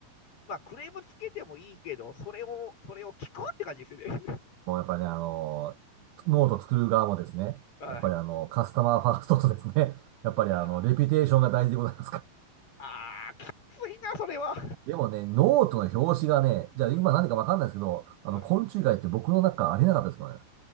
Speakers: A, on the left; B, on the right.
A: まあ、クレームつけてもいいけど、それを、それを聞くって感じですよね。
B: もうやっぱりね、あの、ノート作る側もですね、
A: は
B: やっぱりあの、カスタマーファーストとですね、やっぱりあの、
A: い。いやー、
B: レピュテーションが大事でございますから。
A: あー、きついな、それは。
B: でもね、ノートの表紙がね、じゃあ今何でかわかんないですけど、
A: <laughs>
B: あの、
A: は
B: 昆虫以外って僕の中ありえなかったですけどね。